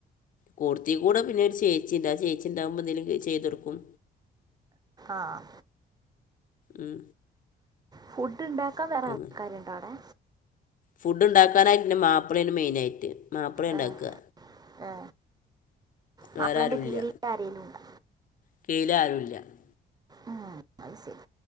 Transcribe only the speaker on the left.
കൂടുത്തീടെ പിന്നെ ചേച്ചിണ്ട് ആ ചേച്ചിയുണ്ടാവുമ്പോ എന്തെലും ചെയ്‌തു കൊടുക്കും.
ഉം
അങ്ങനെ
ഫുഡ് ഇണ്ടാക്കാനായിട്ട് ഇന്റെ മാപ്പിളേണ് മെയിനായിറ്റ് മാപ്പിളെ ഇണ്ടാക്കാ,
വേറെ ആരുമില്ല.
<unintelligible>